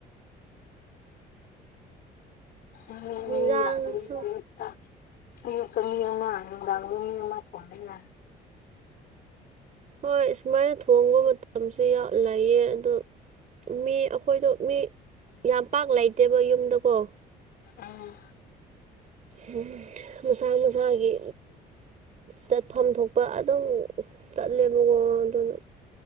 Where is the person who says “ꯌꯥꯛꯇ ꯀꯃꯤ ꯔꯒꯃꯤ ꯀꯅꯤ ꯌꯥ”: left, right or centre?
Left